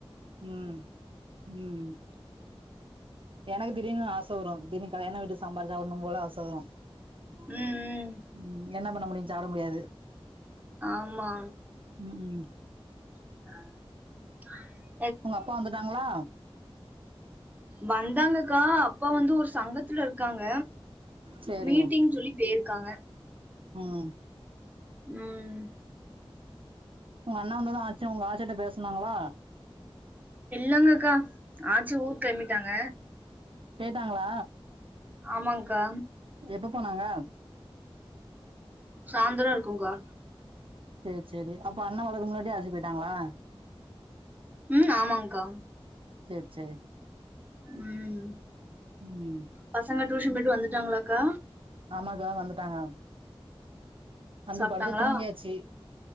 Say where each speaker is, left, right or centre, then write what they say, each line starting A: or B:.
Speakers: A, on the right (about 60°); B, on the right (about 15°).
A: ம் ம் எனக்கு திடீர்னு ஆச வரு திடீனு கல்யாண வீட்டு சாம்பார் சாப்புனு போல ஆச வரு
B: ம் ம்
A: ம் என்ன பண்ண முடியு சாப்ட முடியாது
B: ஆமா
A: ம் ம்
B: <inaudible>
A: ஒங்க அப்பா வந்துட்டாங்களா
B: வந்தாங்கக்கா அப்பா வந்து ஒரு சங்கத்துல இருக்காங்க
A: சேரி
B: மீட்டிங் சொல்லி பேயிருக்காங்க
A: ம்
B: ம்
A: உங்க அண்ணா வந்துதா ஆச்சு உங்க ஆச்சிட்ட பேசுனாங்களா
B: இல்லங்கக்கா ஆச்சி ஊர் கிளம்பிட்டாங்க
A: கேட்டாங்களா
B: ஆமாங்கா
A: எப்ப போனாங்க
B: சாந்ரோ இருக்குக்கா
A: சேரி சேரி அப்ப அண்ணன் வரறதுக்கு முன்னாடி ஆச்சி போயிட்டாங்களா
B: ம் ஆமாங்க்கா
A: சேரி சே
B: ம்
A: ம்
B: பசங்க டியூஷன் போயிட்டு வந்துட்டாங்களாக்கா
A: ஆமாக்கா வந்துட்டாங்க வந்து
B: சாப்ட்டாங்களா
A: படுத்து தூங்கியாச்சு